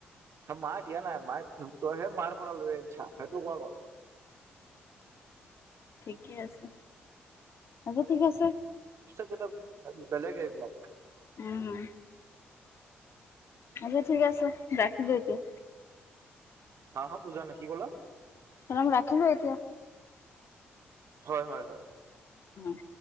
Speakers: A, on the right; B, on the left.
A: মায়ে দিয়া নাই মায়ে তইহে মাৰ পৰা লৈ আহনিছা। তোৰ কোৱা ক'ত।
B: ঠিক আছে, আজি ঠিকেই আছে।
A: কেইটা বেলেগে এইবিলাক ।
B: উম আচ্ছা ঠিক আছে, ৰাখিছো এতিয়া।
A: হা হা বুজা নে কি ক'লা।
B: এ ৰাখিলো এতিয়া।
A: হয়-হয়-হয়।
B: অ